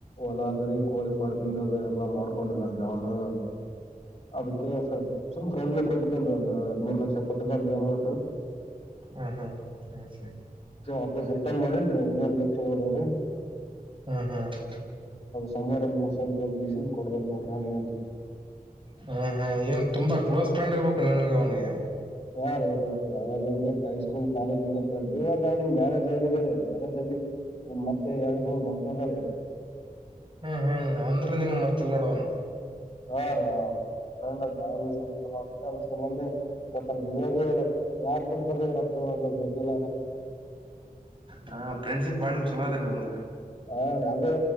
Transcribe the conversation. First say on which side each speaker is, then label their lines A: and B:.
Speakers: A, on the left; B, on the right.
A: ಎಲ್ಲ ಅದರಿ ಕೋಳಿ ಫಾರ್ಮಿಂಗ್ ಅದ ಎಲ್ಲಾ ಮಾಡ್ಕೊಂಡಿದನ್ರಿ ಅವ್ನು ಅದಕ್ಕೆ ಸುಮ್ ಫ್ರೆಂಡ್ಲಿ ಕೊಟ್ಟಿದ್ದ ಅನ್ ಒಂದು ಮೂರ್ ಲಕ್ಷ ಟೊಮೊಟೊ
B: ಹ್ಮ ಹ್ಮ್ <inaudible>
A: ಆಫೀಸ್ ರಿಟರ್ನ್ ಮಾಡನ್ೀ ಇನ್ನೊಂದ್ ಲಕ್ಷ ಹೋದ್ರೀ
B: ಹ್ಮ್ ಹ್ಮ್
A: ಸಮಾರ ಮುಗಸ ಬಂದ್ ಗಸನ್ ಕೊಡ್ಬೇಕಕ್ ನೋಡ್ರ ನನಗಂತ
B: ಹಾ ಹಾ ಏನ್ ತುಂಬಾ ಕ್ಲೋಸ್ ಫ್ರೆಂಡ್ ಇರ್ಬೇಕು ನಿನ್ಗೆ ಅವನಿಗೆ
A: ಯಾಾರ ಇರ್ಬೇಕ್ರ ಅವಾಗ್ ಅಂದ ಹೈಸ್ಕೂಲ್ ಕಾಲೇಜ್ ಇಂದ ಫ್ರೆಂಡ್ ಇವಾಗ ಅವ್ನಿಿಗೆ ಮ್ಯಾರೇಜ್ ಆಗಿದ ರ ಮ್ಯಾರೇಜ್ ಆಗ ಮತ್ತೆ ಎರಡ್ ಮೂರ್ ಮಕ್ಳು ಇದ್ದಾರೆ
B: ಹ್ಮ್ ಹ್ಮ್ ಅಂದ್ರೆ ನೀನು ಮರ್ತಿಲ್ ನೋಡವನು
A: ಹ ರ <unintelligible> ಮಧೆ ಕೊಟ್ಟನ್ೀ ಇವಾಗವರು ಯಾರ್ ಕೊಡ್ತಾರ ಇವೊಕ್ಕ ಇವಾಗ ಬಡ್ಡಿಿಲ್ಲಾರ
B: ಹ ಫ್ರೆಂಡ್ಶಿಪ್ ಬಾಂಗ ಚಲೋ ಅದ ನಿಮ್್ದ
A: ಹಾಂ ರೀ ಅದೇ